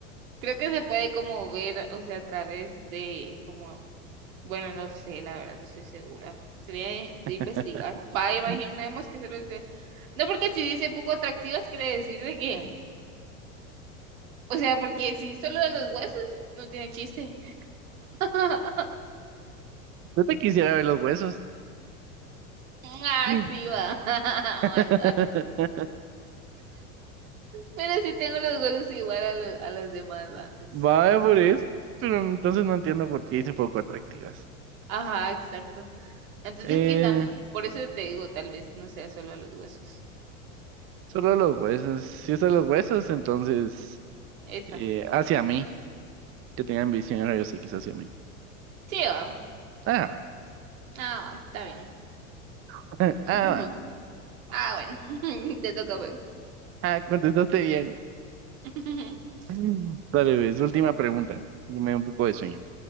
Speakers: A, on the right; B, on the right.
A: Creo que se puede como ver, o sea, a través de como Bueno, no sé, la verdad, no estoy segura. Sería de, de
B: <laughs>
A: investigar. Va, imaginemos
B: Yo
A: que solo dice. No, porque si dice poco atractivas, quiere decir de que. O sea, porque si es solo de los huesos, no tiene chiste. <laughs>
B: te quisiera ver los huesos.
A: Ah,
B: Sí.
A: sí, va. <laughs>
B: <laughs>
A: Aguanta. Pero sí tengo los huesos igual a los, a las demás antes.
B: Vaya por eso. Pero entonces no entiendo por qué hice poco atractivas.
A: Ajá, exacto. Entonces,
B: Eh,
A: quizá, no- por eso te digo, tal vez no sea solo a los huesos.
B: solo los huesos. Si es a los huesos, entonces
A: Esa.
B: eh, hacia mí, que tengan visión de rayos X hacia mí.
A: Sí, va.
B: Ah,
A: Ah, va, está bien.
B: <laughs>
A: <laughs>
B: ah,
A: Ah, bueno. <laughs> Te toca, pues.
B: ah, contestaste bien.
A: <laughs>
B: Mm. Dale, ves, última pregunta. Dime un poco de sueño.